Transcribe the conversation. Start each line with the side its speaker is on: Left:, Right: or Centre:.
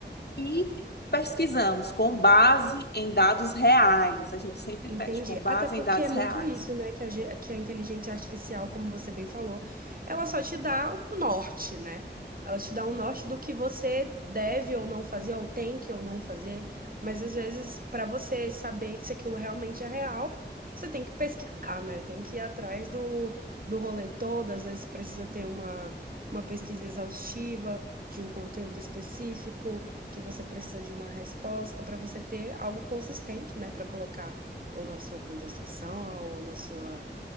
Left: e pesquisamos com base em dados reais. A gente sempre
Right: Entendi.
Left: pede com base
Right: Até porque
Left: em dados
Right: é muito
Left: reais.
Right: isso, né? Que a, ge- que a inteligência artificial, como você bem falou, ela só te dá um norte, né? Ela te dá um norte do que você deve ou não fazer, ou tem que ou não fazer. Mas às vezes, para você saber se aquilo realmente é real, você tem que pesquisar, né? Tem que ir atrás do, do rolê todo. Às vezes precisa ter uma, uma pesquisa exaustiva de um conteúdo específico, que você precisa de uma resposta para você ter algo consistente, né? Para colocar ou na sua contestação, ou na sua,